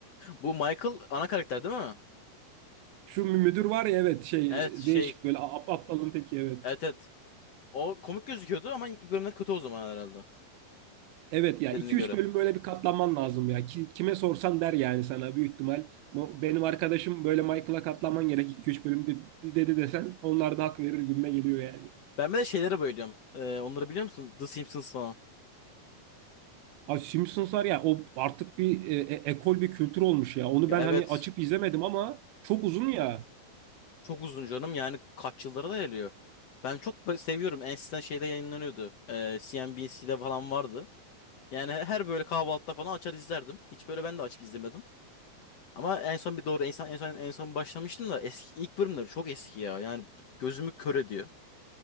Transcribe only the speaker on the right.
Şu müdür var ya evet şey
değişik böyle ap- aptalın teki evet.
Evet ya
iki
üç bölüm böyle bir katlanman lazım ya. Ki- kime sorsan der yani sana büyük ihtimal. Mo- Benim arkadaşım böyle Michael'a katlanman gerek iki üç bölüm de- dedi desen onlar da hak verir gibime geliyor yani.
Abi Simpsonslar ya o artık bir e, e- ekol bir kültür olmuş ya. Onu
ben hani
açıp izlemedim ama çok uzun ya